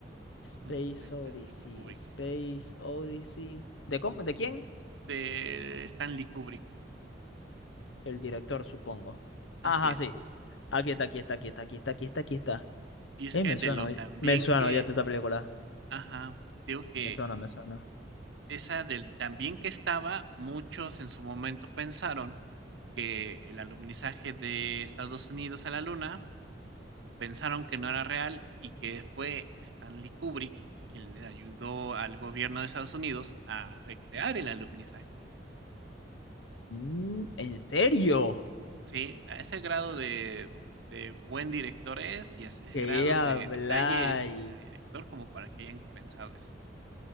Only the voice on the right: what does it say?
Ujú, De Stanley
Kubrick.
De Stanley Kubrick.
Así
es.
Y es
que
de
lo
tan
bien
que,
ajá, y te digo que
Esa del también que estaba, muchos en su momento pensaron que el alunizaje de Estados Unidos a la Luna, pensaron que no era real y que fue Stanley Kubrick quien le ayudó al gobierno de Estados Unidos a recrear el alunizaje.
Sí, a ese grado de, de buen director es y a ese
grado
de detalle es ese director como para que hayan pensado eso.